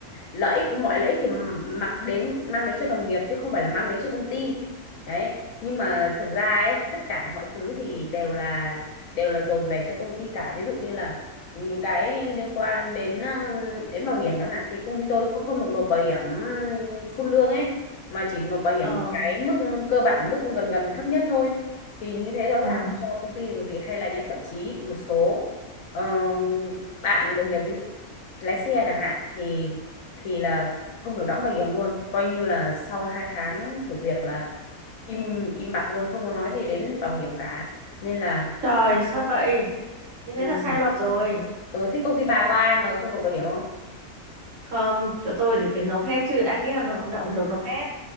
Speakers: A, on the left; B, on the right.
A: lợi ích mọi lợi ích thì mà đến mang đến cho đồng nghiệp chứ không phải là mang đến cho công ty đấy nhưng mà thực ra ấy tất cả mọi thứ thì đều là đều là dồn về cho công ty cả ví dụ như là những cái liên quan đến ờ, đến bảo hiểm chẳng hạn thì công ty tôi không không được nộp bảo hiểm ừ, full lương ấy mà chỉ nộp bảo hiểm
B: Ờ
A: ở cái mức cơ bản mức gần gần thấp nhất thôi thì như thế rõ
B: ờ
A: ràng cho công ty thì có gì hay là nhá thậm chí một số ờ, bạn đồng nghiệp ví dụ lái xe chẳng hạn thì thì là không được đóng bảo hiểm luôn coi như là sau hai tháng thử việc là im im bặt luôn không có nói gì đến bảo hiểm cả nên là
B: trời
A: cái-
B: sao vậy? Như
A: ừ.
B: thế là sai luật rồi.
A: Ừ, thế công ty bà có ai mà không nộp bảo hiểm không
B: Không, chỗ tôi thì phải nộp hết chứ đã ký hợp đồng lao động được nộp hết.